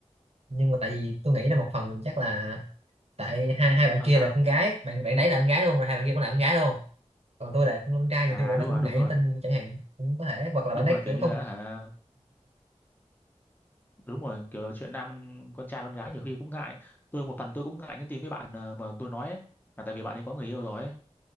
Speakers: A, on the right; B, on the left.
A: nhưng mà tại vì tôi nghĩ là một phần chắc là tại hai hai bạn
B: sao
A: kia
B: sao
A: là con gái bạn bạn đấy là con gái luôn rồi hai bạn kia cũng là con gái luôn còn tôi là con trai
B: à
A: nhiều khi bạn
B: đúng
A: nó cũng
B: rồi đúng
A: ngại
B: rồi
A: nhắn tin chẳng hạn cũng có thể hoặc là
B: đúng
A: bạn ấy
B: rồi kiểu
A: kiểu
B: như
A: không
B: là hả đúng rồi kiểu chuyện nam con trai con gái nhiều khi cũng ngại tôi một phần tôi cũng ngại nhắn tin với bạn ờ, mà tôi nói ấy, là tại vì bạn ấy có người yêu rồi ấy.